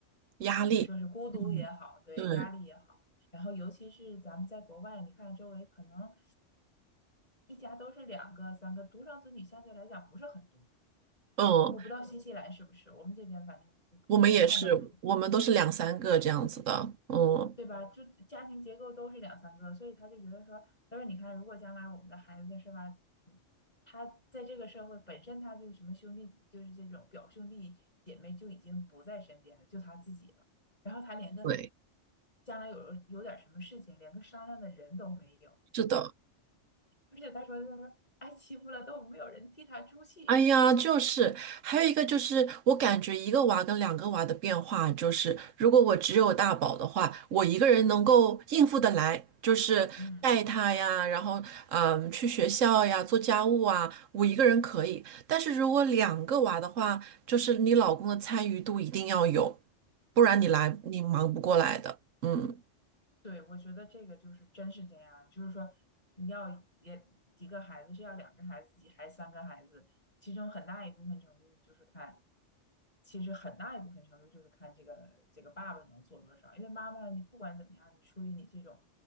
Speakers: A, on the right; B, on the left.
A: 压力，
B: 你说是孤独也好，
A: 嗯，
B: 对，
A: 对，
B: 压力也好，然后尤其是咱们在国外，你看周围可能一家都是两个、三个，独生子女相对来讲不是很多，
A: 嗯，
B: 我不知道新西兰是不是，我们这边反正就我们看到独
A: 我们也是，我们都是两三个这样子的，嗯。
B: 对吧？就家庭结构都是两三个，所以他就觉得说，他说你看，如果将来我们的孩子是吧，嗯他在这个社会本身他就什么兄弟，就是这种表兄弟姐妹就已经不在身边了，就他自己了，然后他连个
A: 对。
B: 将来有有点什么事情，连个商量的人都没有，
A: 是的，
B: 而且他说他说挨欺负了都没有人替他出气，
A: 哎呀，就是还有一个就是，我感觉一个娃跟两个娃的变化就是，如果我只有大宝的话，我一个人能够应付得来，就是带他呀，
B: 嗯。
A: 然后嗯去学校呀，做家务啊，我一个人可以。但是如果两个娃的话，就是你老公的参与度一定要有，不然你来你忙不过来的。嗯
B: 对，我觉得这个就是真是这样，就是说你要也几个孩子，是要两个孩子，几还三个孩子，其中很大一部分程度就是看，其实很大一部分程度就是看这个这个爸爸能做多少，因为妈妈你不管怎么样，你出于你这种，